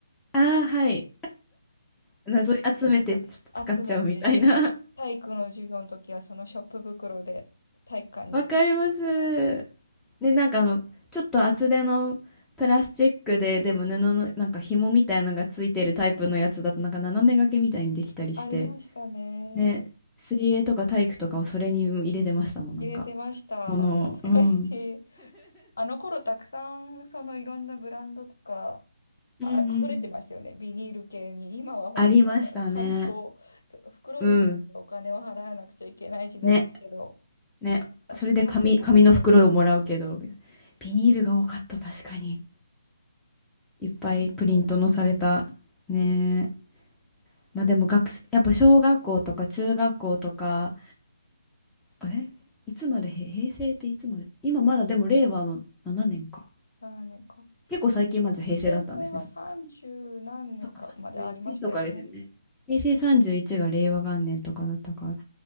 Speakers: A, in the centre; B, on the left (about 85°).
A: ああ、はい。謎に集めてちょっと使っちゃうみたいな。
B: 集めて、体育の授業の時は、そのショップ袋で体育館に行く。
A: <laughs> わかります。で、なんかあの、ちょっと厚手のプラスチックで、でも布のなんか紐みたいなのがついてるタイプのやつだと、なんか斜め掛けみたいにできたりして、
B: ありましたね。
A: ね、水泳とか体育とかはそれに入れてましたもん、なんか。
B: 入れてました。
A: ものを、
B: 懐かしい。
A: うん。
B: あの頃、たくさん、そのいろんなブランドとか、
A: うんうん。
B: あ、溢れてましたよね、ビニール系に。今は本当になんか環境、
A: ありましたね。
B: 袋でさえお金を払わなくちゃいけない時代だけど、
A: うん。ね、ね。
B: なんか使ってよ、
A: それで紙、
B: 使ってよみたいな。
A: 紙の袋をもらうけど、みたいなビニールが多かった、確かに。いっぱいプリントのされた。
B: 紙袋ですもんね、
A: ね
B: 今。
A: まあでも学生、やっぱ小学校とか中学校とか、あれいつまでへ、
B: うん。う
A: 平成っていつまで今まだでも令和の7年か。
B: 年か。
A: 結構最近まで平成だったんですね。
B: へさ平成は30何年かまでありましたよね。
A: そしたらそうか、31とかですよね。平成31が令和元年とかだったから。